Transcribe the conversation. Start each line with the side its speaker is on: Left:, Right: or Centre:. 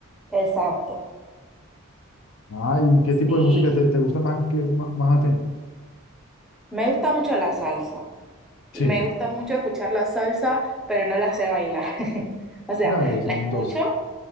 Centre: Exacto.
Left: Ah, ¿y qué tipo
Centre: Sí,
Left: de música te, te gusta más que más, más a ti?
Centre: me gusta mucho la salsa.
Left: Sí.
Centre: Me gusta mucho escuchar la salsa, pero no la sé bailar. <laughs> O sea,
Left: Nada, de son
Centre: la escucho,
Left: dos.